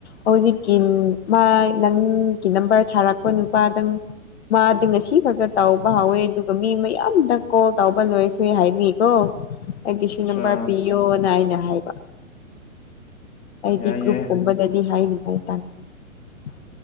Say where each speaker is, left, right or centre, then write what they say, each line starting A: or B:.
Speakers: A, on the left; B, on the left.
A: ꯍꯧꯖꯤꯛꯀꯤ ꯃꯥ ꯅꯪꯒꯤ ꯅꯝꯕꯔ ꯊꯥꯔꯛꯄ ꯅꯨꯄꯥꯗꯪ ꯃꯥꯗꯤ ꯉꯁꯤ ꯈꯛꯇ ꯇꯥꯎꯧꯕ ꯍꯥꯎꯋꯦ ꯑꯗꯨꯒ ꯃꯤ ꯃꯌꯥꯝꯗ ꯀꯣꯜ ꯇꯧꯕ ꯂꯣꯏꯈ꯭ꯔꯦ ꯍꯥꯏꯕꯤꯀꯣ ꯑꯩꯒꯤꯁꯨ
B: ꯑꯠꯆꯥ
A: ꯅꯝꯕꯔ ꯄꯤꯌꯣꯅ ꯑꯩꯅ ꯍꯥꯏꯕ ꯑꯩꯗꯤ
B: ꯌꯥꯏ
A: ꯒ꯭ꯔꯨꯞꯀꯨꯝꯕꯗꯗꯤ
B: ꯌꯥꯏ
A: ꯍꯥꯏꯅꯤꯡꯉꯥꯏ ꯇꯥꯟꯅ